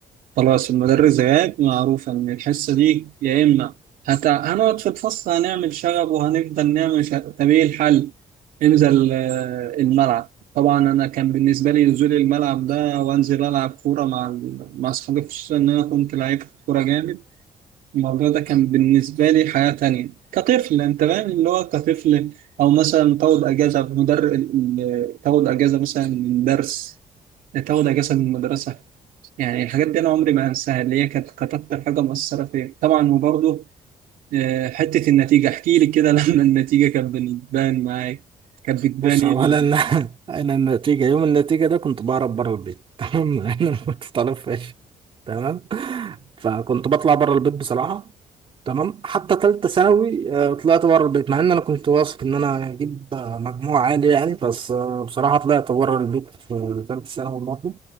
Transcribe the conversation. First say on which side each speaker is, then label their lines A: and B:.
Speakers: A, on the right; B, on the right.
A: خلاص المدرس غاب معروف ان الحصه دي يا اما هت... هنقعد في الفصل هنعمل شغب وهنفضل نعمل شغب طب ايه الحل انزل آه، الملعب طبعا انا كان بالنسبه لي نزول الملعب ده وانزل العب كوره مع ال- مع اصحابي خصوصا ان انا كنت لعيب كوره جامد الموضوع ده كان بالنسبه لي حياه تانية كطفل انت فاهم اللي هو كطفل او مثلا تاخد اجازه مدر ال- ال- تاخد اجازه مثلا من درس تاخد اجازه من المدرسه يعني الحاجات دي انا عمري ما انساها اللي هي كانت كانت اكتر حاجه مؤثره فيا طبعا وبرضه آه، حته النتيجه احكي لي كده <laughs> لما النتيجه كانت بتبان معاك كانت بتبان
B: بص
A: ايه
B: اولا
A: اللي-
B: <laughs> انا النتيجه يوم النتيجه ده كنت بهرب بره البيت <laughs> تمام انا ما كنت طالب فاشل تمام فكنت بطلع بره البيت بصراحه تمام حتى تالتة ثانوي آه، طلعت بره البيت مع ان انا كنت واثق ان انا هجيب آه، مجموع عالي يعني بس آه، بصراحة طلعت بره البيت في تالتة ثانوي برضه